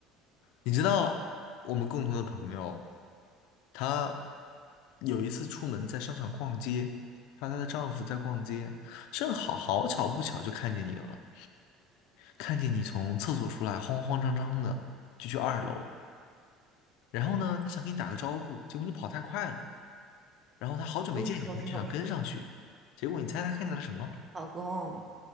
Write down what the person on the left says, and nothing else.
你知道我们共同的朋友，她有一次出门在商场逛街，她和她的丈夫在逛街，正好好巧不巧就看见你了，看见你从厕所出来，慌慌张张的就去二楼，然后呢，她想跟你打个招呼，结果你跑太快了，然后她好久没见你了，
她就想跟上去，结果你猜她看见了什么？